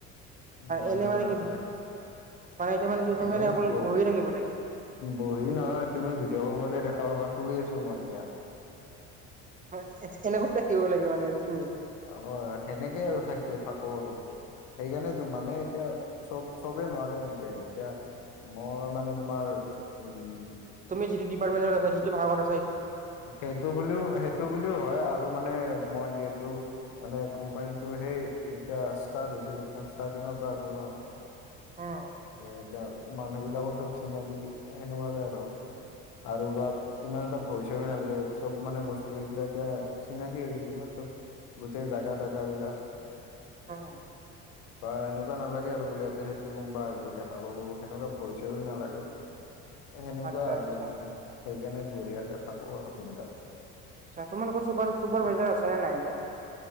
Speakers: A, on the left; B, on the right.
A: মই
B: এনে
A: সেই
B: মানে
A: নাথাকে
B: কি মানে এতিয়া মানে কি
A: এনে
B: মানে অকল
A: বহি।
B: বহিয়ে থাকিব লাগে।
A: বহি নহয় তুমি ভিডিঅ' কল কৰিলে দেখা। অ বা শুই আছো মই এতিয়া।
B: হয় এনেকুৱা দেখিব লাগে মানে। তুমি।
A: অ' সেনেকে আৰু থাকি থাকো আৰু। সেইকাৰণেতো মানে এতিয়া চব চবে নোৱাৰে এনেকে এতিয়া। মই মানে তোমাৰ উম,
B: তুমি যিটো ডিপাৰটমেটৰ আছা যিটো ভাগত আছে।
A: সেইটো বুলিও সেইটো বুলিও হয় আৰু মানে মই যিহেতু। মানে কোম্পানীটো সেই যেতিয়া ষ্টাৰ্ট হৈছিল একদম ষ্টাৰ্টিঙৰ পৰা আছো ন।
B: উম
A: এতিয়া মানুহ বিলাকো চব চিনাকি সেনেকুৱাকে আৰু। আৰু বা ইমান এটা। ভৰি চৰি নালাগে চব মানে বস্তু হৈিলা এতিয়া চিনাকি হৈ গৈছেি ন চব। গোটেই জাগা তটগা বিলাক।
B: উম
A: বা এনেকুৱা নালাগে আৰু বোলে ইয়াতে থাকিলে কম। বা এইবোৰ দেখা পাব সেনেকুৱা ভৰি চও নালাগে। সেনেকুৱা
B: আচ্ছা
A: আৰু
B: আচ্ছা।
A: সেইকাৰণে সেইকাৰণে বঢ়িয়াকে থাকো অবি দাস।
B: তোমাৰ কপপৰভাইজাৰ আছে নে নাই নাই